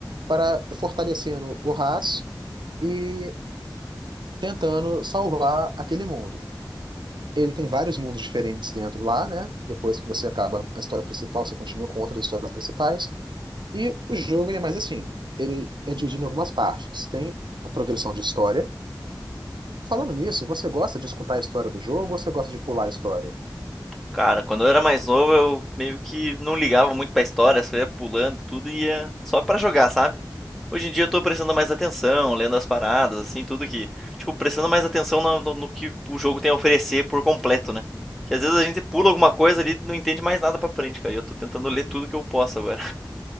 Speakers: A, on the right; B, in the centre.
A: para eh, fortalecendo o Haas e tentando salvar aquele mundo. Ele tem vários mundos diferentes dentro lá, né? Depois que você acaba a história principal, você continua com outras histórias principais. E o jogo, ele é mais assim, ele é dividido em algumas partes. Tem a progressão de história. Falando nisso, você gosta de escutar a história do jogo ou você gosta de pular a história?
B: Cara, quando eu era mais novo, eu meio que não ligava muito pra história, só ia pulando e tudo e ia só pra jogar, sabe? Hoje em dia eu tô prestando mais atenção, lendo as paradas, assim, tudo que. Tipo, prestando mais atenção no, no- no que o jogo tem a oferecer por completo, né? Que às vezes a gente pula alguma coisa ali e não entende mais nada pra frente, cara. E eu tô tentando ler tudo que eu posso agora.